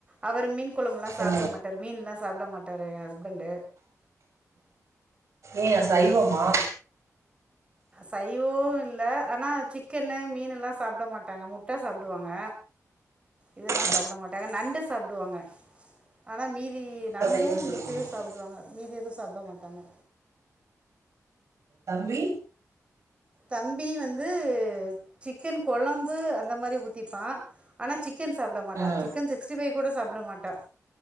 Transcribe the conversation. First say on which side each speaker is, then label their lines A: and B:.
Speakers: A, on the right; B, on the right.
A: அவர் மீன் குளம்பெல்லாம் சாப்பிட
B: ஆ
A: மாட்டார் மீனலாம் சாப்பிட மாட் மாட்டரு எ ஹஸ்பண்ட்
B: ஏ சைவமா
A: சைவோம் இல்ல ஆனா சிக்கன்னு மீன் எல்லாம் சாப்பிட மாட்டாங்க முட் முட்டை சாப்பிடுவாங்க இதெல்லாம்
B: ஆ
A: சாப்பிட மாட்டாங்க நண்டு சாப்பிடுவாங்க ஆன மீதி
B: அப்ப
A: நண்டும்
B: சைவம் சொல்லுங்க
A: முட்டையும் சாப்பிடுவாங்க மீதி எதுவும் சாப்பிட மாட்டாங்க
B: தம்பி
A: தம்பி வந்து சிக்கன் கொழம்பு அந்த மாதிரி ஊற்றிப்பான் ஆனால் சிக்கன் சாப்பிட மாட்டேன்
B: ஆ
A: சிக்கன் சிக்ஸ்டி ஃபைவ் கூட சாப்பிட மாட்டேன்